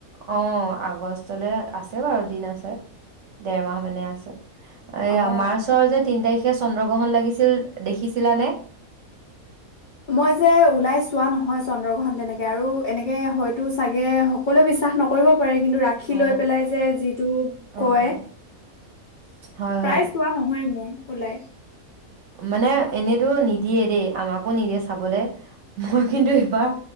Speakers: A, on the right (about 60°); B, on the left (about 75°).
A: অ' আগষ্টলে আছে বাৰু দিন আছে। দেৰ মাহ মানে আছে। এইয়া
B: অ
A: মাৰ্চৰ যে তিনি তাৰিখে চন্দ্ৰগ্ৰহণ লাগিছিল দেখিছিলানে?
B: মই যে ওলাই চোৱা নহয় চন্দ্ৰগ্ৰহণ তেনেকে আৰু এনেকে হয়তো চাগে সকলোৱে বিশ্বাস নকৰিব পাৰে কিন্তু ৰাশী
A: অ
B: লৈ পেলাই যে যিটো
A: অ
B: কয়
A: অ হয়
B: প্ৰায়
A: হয়
B: চোৱা নহয়য়ে মোৰ ওলাই।
A: মানে এনেইতো নিদিয়ে দেই আমাকো নিদিয়ে চাবলে। মই কিন্তু এইবাৰ
B: অ